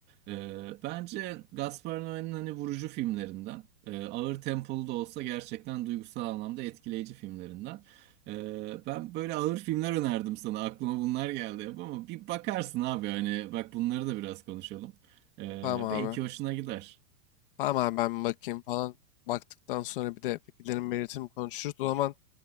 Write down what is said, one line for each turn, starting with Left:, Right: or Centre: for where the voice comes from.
Right: Ee, bence Gaspar Noé'nin hani vurucu filmlerinden, e, ağır tempolu da olsa gerçekten duygusal anlamda etkileyici filmlerinden. Ee, ben böyle ağır filmler önerdim sana. Aklıma bunlar geldi hep ama bir bakarsın abi hani bak bunları da biraz konuşalım. Ee,
Left: Tamam
Right: belki
Left: abi.
Right: hoşuna gider.
Left: Tamam abi ben bakayım falan. Baktıktan sonra bir de fikirlerimi belirtirim konuşuruz. O zaman